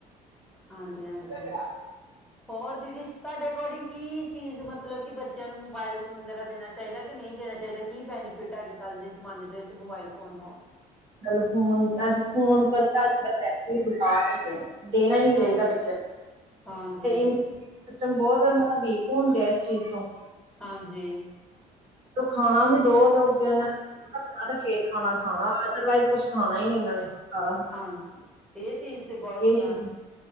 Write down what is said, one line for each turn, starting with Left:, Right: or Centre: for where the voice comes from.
Centre: ਹਾਂਜੀ ਹਾਂਜੀ
Right: ਹੈ
Centre: ਹੋਰ ਦੀਦੀ ਤੁਹਾਡੇ ਅਕੋਡਿੰਗ ਕੀ ਚੀਜ਼ ਮ ਮਤਲਬ ਕਿ ਬੱਚਿਆਂ ਨੂੰ ਮੋਬਾਇਲ ਫੋਨ ਵਗੈਰਾ ਦੇਣਾ ਚਾਹੀਦਾ ਕਿ ਨਹੀਂ ਦੇਣਾ ਚਾਹੀਦਾ। ਕੀ ਬੈਨੀਫਿਟ ਹੈ ਅੱਜ ਕੱਲ੍ਹ ਦੇ ਜਮਾਨੇ ਦੇ ਵਿੱਚ ਮੋਬਾਇਲ ਫੋਨ ਦਾ
Right: ਕੱਲ ਫੋਨ ਅੱਜ ਫੋਨ ਕਰ ਅੱਜ ਕ ਪਸੇ ਬੁਖਾਰ ਹੈ ਏ ਨੇ। ਦੇਣਾ ਹੀ ਨੀ ਚਾਹੀਦਾ
Centre: ਹਾਂਜੀ
Right: ਬੱਚਿਆਂ
Centre: ਹਾਂਜੀ
Right: ਨੂੰ ਸਟਮ ਬਹੁਤ ਉਹਨਾਂ ਦਾ ਵੀਕ ਕੌਣ ਦ ਇਸ ਚੀਜ਼ ਤੋਂ
Centre: ਹਾਂਜੀ
Right: ਖਾਣਾ ਵੀ ਦੋ ਤੇ ਅੱਗੇ ਉਹਨਾਂ ਅੱਗੇ ਰੱਖਣਾ ਤੇ ਫੇਰ ਖਾਣਾ ਖਾਣਾ ਅਦਰਵਾਈਜ਼ ਕੁੱਛ ਖਾਣਾ ਹੀ ਨੀ ਉਹਨਾਂ ਨੇ ਸਾਰਾ ਸਾਰਾ
Centre: ਹਾਂਜੀ ਇਹ ਚੀਜ਼ ਬਹੁਤ
Right: ਇਹ
Centre: ਸੁਣਾ
Right: ਚੀਜ਼